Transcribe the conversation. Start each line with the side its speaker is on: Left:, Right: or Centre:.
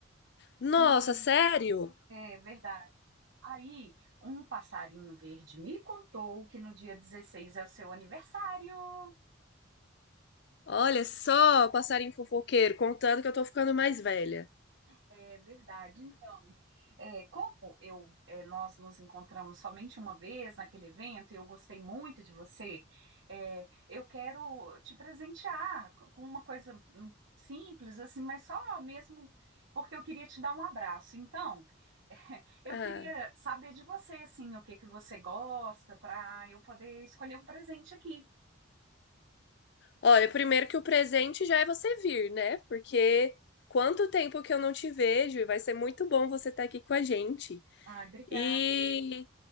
Left: nossa,
Right: E
Left: sério?
Right: é verdade. Aí, um passarinho verde me contou que no dia 16 é o seu aniversário.
Left: Olha só, passarinho fofoqueiro, contando que eu tô ficando mais velha.
Right: É verdade. Então, é, como eu, é, nós nos encontramos somente uma vez naquele evento e eu gostei muito de você, é, eu quero te presentear co- com uma coisa hum, simples, assim, mas só mesmo porque eu queria te dar um abraço. Então, <laughs> eu
Left: Ah,
Right: queria saber de você, assim, o que que você gosta, para eu poder escolher um presente aqui.
Left: olha, primeiro que o presente já é você vir, né? Porque quanto tempo que eu não te vejo e vai ser muito bom você estar aqui com a gente.
Right: Ai, obrigada.
Left: E,